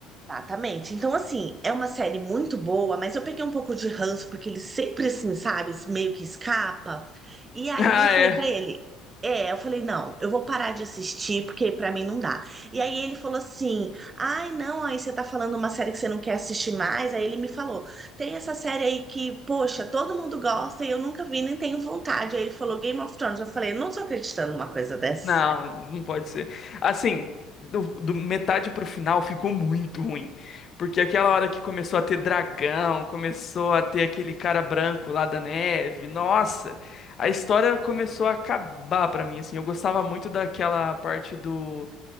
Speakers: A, on the right (about 30°); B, on the left (about 45°).
A: Exatamente. Então, assim, é uma série muito boa, mas eu peguei um pouco de ranço, porque ele sempre, assim, sabe, meio que escapa. E aí
B: Ah,
A: eu falei
B: é.
A: pra ele, é, eu falei, não, eu vou parar de assistir, porque pra mim não dá. E aí ele falou assim, ai, não, aí você tá falando uma série que você não quer assistir mais. Aí ele me falou, tem essa série aí que, poxa, todo mundo gosta e eu nunca vi, nem tenho vontade. Aí ele falou Game of Thrones. Eu falei, não tô acreditando numa coisa dessa.
B: Não, não pode ser. Assim, do, do metade pro final ficou muito ruim. Porque aquela hora que começou a ter dragão, começou a ter aquele cara branco lá da neve, nossa, a história começou a acabar pra mim, assim. Eu gostava muito daquela parte do,